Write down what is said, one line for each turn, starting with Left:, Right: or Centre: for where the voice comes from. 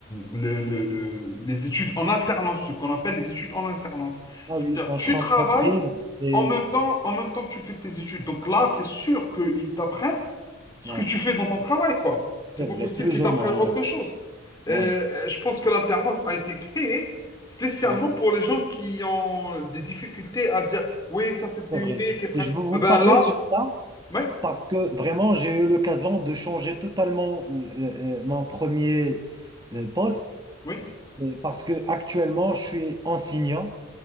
Left: le- le- le- les études en alternance, ce qu'on appelle les études en alternance.
Right: Ah
Left: C'est-à-dire,
Right: oui, entre
Left: tu travailles
Right: entreprises et...
Left: en même temps, en même temps, tu fais tes études. Donc là, c'est sûr qu'ils t'apprennent ce
Right: Ouais,
Left: que tu fais dans ton travail, quoi. C'est
Right: c'est
Left: pas
Right: vrai,
Left: possible
Right: plus
Left: qu'ils t'apprennent
Right: ou moins,
Left: autre
Right: ouais.
Left: chose. Euh,
Right: Ouais,
Left: euh, je pense que l'alternance a été créée spécialement
Right: ouais,
Left: pour les gens qui ont des difficultés à dire, oui, ça c'est théorique
Right: c'est vrai.
Left: et pratique.
Right: Et je veux vous
Left: Ah ben
Right: parler
Left: là,
Right: sur ça
Left: ouais,
Right: parce que vraiment, j'ai eu l'occasion de changer totalement euh, euh, mon premier
Left: Mm.
Right: euh, poste
Left: oui,
Right: euh, parce que actuellement, je suis enseignant,